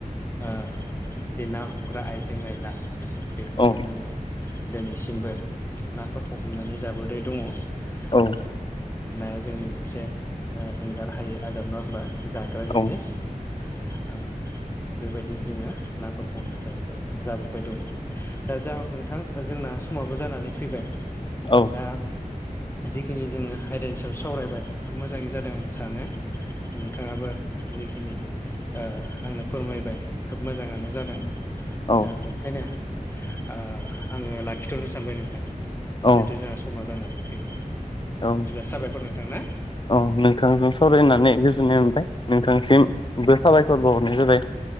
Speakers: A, on the left; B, on the left.
A: ओ जे ना हमग्रा आइजें आयला बेफोरजों
B: औ
A: जोङो दिनैसिमबो नाफोरखौ हमनानै जाबोबाय दङ। ओ
B: औ
A: नाया जोंनि मोनसे ओ एंगार हायै आदब नङा होमबा जाग्रा जिनिस।
B: औ
A: दा बेबायदिनो जोङो नाफोरखौ हमनानै जाबाय जाबोबाय दङ। दा जा हक नोंथां जोंना समाबो जानानै फैबाय।
B: औ
A: दा जिखिनि जोङो आयदानि सायाव सावरायबाय खोब मोजाङै जादों आं सानो। नोंथाङाबो जिखिनि आंनो फोरमायबाय खोब मोजाङानो जादों
B: औ
A: दा बे खायनो ओ आङो लाखिथ'नो सानबाय नोंथां जिहेथु
B: औ
A: जोंहा समा जानानै फैबाय
B: औ
A: बिदिबा साबायखर नोंथां। ना
B: औ नोंथांजों सावरायनानै गोजोननाय मोनबाय नोंथांनिसिमबो साबायखर बहरनाय जाबाय।